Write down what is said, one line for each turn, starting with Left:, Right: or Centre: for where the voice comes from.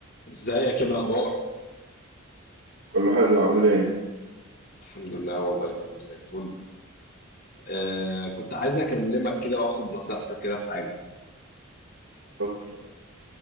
Left: ازيك ايه الاخبار
Right: كله حلو عامل ايه؟
Left: الحمد لله والله كله زي الفل آه كنت عايز اكلمك كده واخد نصيحتك كده في حاجه
Right: اتفضل